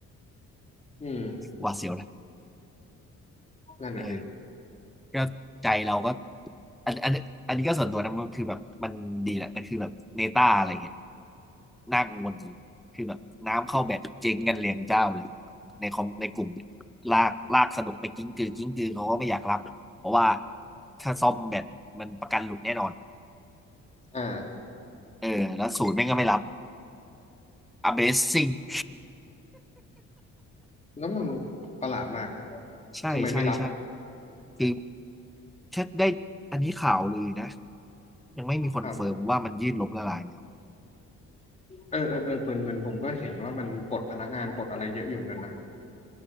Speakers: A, on the left; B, in the centre.
A: อืม
B: หวาดเสียวนะ
A: นั่นน่ะสิ
B: เออ ก็ใจเราก็อันอันอันนี้ก็ส่วนตัวนะมันคือแบบมันดีแหละแต่คือแบบเนต้าอะไรเงี้ยน่ากังวลจริงคือแบบน้ำเข้าแบบเจ๊งกันเรียงเจ้าเลยในคอมในกลุ่มเนี่ยลากลากสนุกไปกิ้งกือกิ้งกือเขาก็ไม่อยากรับเพราะว่าถ้าซ่อมแบบมันประกันหลุดแน่นอน
A: อ่า
B: เออแล้วศูนย์แม่งก็ไม่รับ Amazing
A: แล้วมันประหลาดมาก
B: <laughs> ใช่ใช่ใช่
A: ทำไมไม่รับ
B: คือถ้าได้อันนี้ข่าวเลยนะยังไม่มีคอนเฟิร์มว่ามันยืดล้มละลาย
A: ครับเออเออเออเหมือนเหมือนผมก็เห็นว่ามันปลดพนักงานปลดอะไรเยอะอยู่เหมือนกันนะ